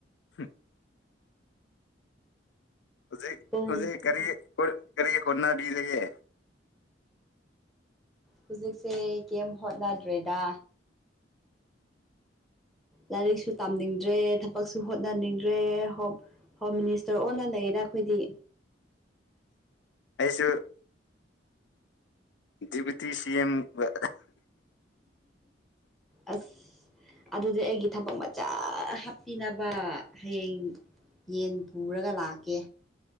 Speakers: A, on the left; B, in the centre.
A: ꯍꯨꯝ ꯍꯧꯖꯤꯛ
B: ꯄꯨꯡ
A: ꯍꯧꯖꯤꯛ ꯀꯔꯤ ꯍꯣ ꯀꯔꯤ ꯍꯣꯅꯕꯤꯔꯒꯦ
B: ꯍꯧꯖꯤꯛꯁꯦ ꯀꯩꯝ ꯍꯣꯠꯅꯗ꯭ꯔꯦꯗ ꯂꯥꯏꯔꯤꯛꯁꯨ ꯇꯥꯝꯅꯤꯡꯗ꯭ꯔꯦ ꯊꯕꯛꯁꯨ ꯍꯣꯠꯅꯅꯤꯡꯗ꯭ꯔꯦ ꯍꯣꯞ ꯍꯣꯝ ꯃꯤꯅꯤꯁꯇꯔ ꯑꯣꯟꯂ ꯂꯩꯌꯦꯗ ꯑꯩꯈꯣꯏꯗꯤ
A: ꯑꯩꯁꯨ ꯗꯤꯕꯨꯇꯤ ꯁꯤ ꯑꯦꯝꯒ
B: ꯑꯁ ꯑꯗꯨꯗꯤ ꯑꯩꯒꯤ ꯊꯕꯛ ꯃꯆꯥ ꯍꯥꯞꯄꯤꯅꯕ ꯍꯌꯦꯡ ꯌꯦꯟ ꯄꯨꯔꯒ ꯂꯥꯛꯀꯦ